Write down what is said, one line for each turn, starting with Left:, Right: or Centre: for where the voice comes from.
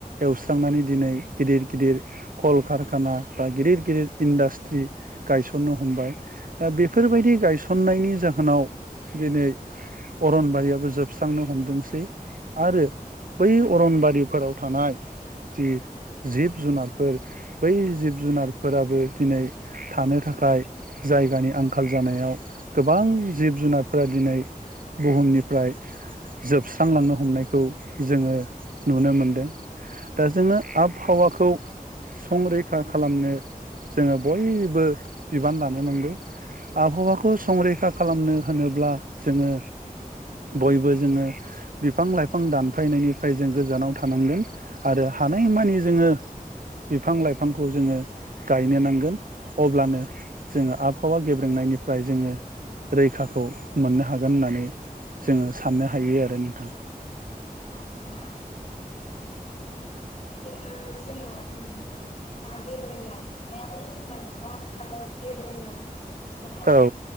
Right: एवस्रांनानै दिनै गिदिर गिदिर कल कारखाना बा गिदिर गिदिर इन्डास्ट्रि गायसननो हमबाय दा बेफोरबायदि गायसननायनि जाहोनाव दिनै अरनबारियाबो जोबस्रांनो हमदोंसै आरो बै अरनबारिफोराव थानाय जि जिब जुनारफोर बै जिब जुनारफोराबो दिनै थानो थाखाय जायगानि आंखाल जानायाव गोबां जिब जुनारफोरा दिनै बुहुमनिफ्राय जोबस्रांलांनो हमनायखौ जोङो नुनो मोनदों दा जोङो आबहावाखौ संरैखा खालामनो जोङो बयबो बिबान लानो नांगौ आबहावाखौ संरैखा खालामनो होनोब्ला जोङो बयबो जोङो बिफां लाइफां दान फायनायनिफ्राय जों गोजानाव थानांगोन आरो हानायमानि जोङो बिफां लाइफांखौ जोङो गायनो नांगोन अब्लानो जोङो आबहावा गेब्रेंनायनिफ्राय जोङो रैखाखौ मोननो हागोन होननानै जोङो साननो हायो आरो नोंथां।
Left: औ नोंथां जों हा गेब्रेंनायाव जोंहा गोबांथार गेब्रेंनाय दं आथिखालाव
Right: औ